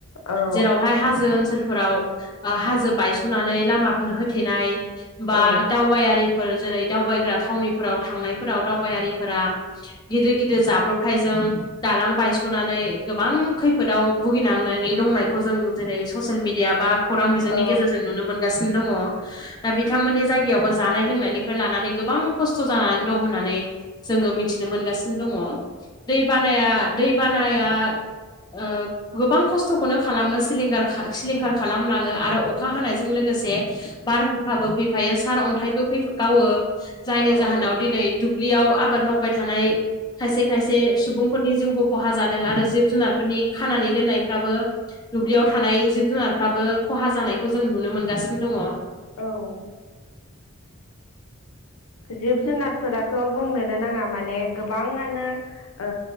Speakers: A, on the left; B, on the left.
A: औ
B: जेरावहाय हाजो ओनसोलफोराव ओ हाजो बायस'नानै लामाफोर होथेनाय बा
A: औ
B: दावबायारिफोर जेरै दावबायग्रा थावनिफोराव थांनायफोराव दावबायारिफोरा गिदिर गिदिर जाब्रबथायजों दालां बायस'नानै गोबां खैफोदाव भुगिनांनानै दंनाय खौ जों जेरै ससियेल मिडिया बा खौरां बिजोंनि
A: औ
B: गेजेरजों नुनो मोनगासिनो दङ। दा बिथांमोननि जायगायावबो जानाय लोंनायनि फ्राय लानानै गोबां खस्थ' जानानै दं होननानै जोंङो मिथिनो मोनगासिनो दङ। दै बानाया दै बानाया ओ गोबां खस्थ'खौनो खालामो सिलिंगार सिलिंखार खालामलाङो आरो अखा हानायजों लोगोसे बारहुंखाबो फैफायो सार अन्थाइबो फै गावो जायनि
A: औ
B: जाहोनाव
A: नंगौ
B: दिनै दुब्लियाव आबाद मावबाय थानाय खायसे खायसे सुबुंफोरनि जिउबो खहा जादों आरो जिब जुनारफोरनि खानानै दोननायफ्राबो दुब्लियाव थानाय जिब जुनारफ्राबो खहा जानायखौ जों नुनो मोनगासिनो दङ।
A: औ जिब जुनारफोराथ' बुंनोनो नाङा माने गोबाङानो ओ